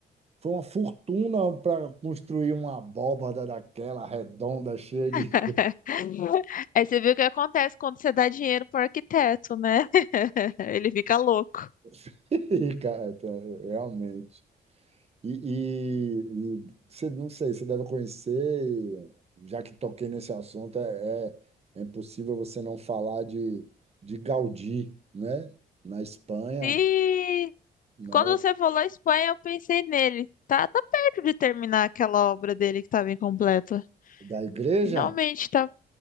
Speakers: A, on the right; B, on the left.
A: Foi uma fortuna para construir uma abóbada daquela redonda, cheia de.
B: <laughs> Aí você viu o que acontece quando você dá dinheiro pro arquiteto, né? <laughs> Ele fica louco.
A: <laughs> Cara, é, realmente. E, e, e você, não sei, você deve conhecer, e já que toquei nesse assunto, é, é, é impossível você não falar de, de Gaudí, né? Na Espanha,
B: Sim!
A: não,
B: Quando você falou Espanha, eu pensei nele. Tá, tá perto de terminar aquela obra dele que estava incompleta.
A: da igreja.
B: Finalmente, tá.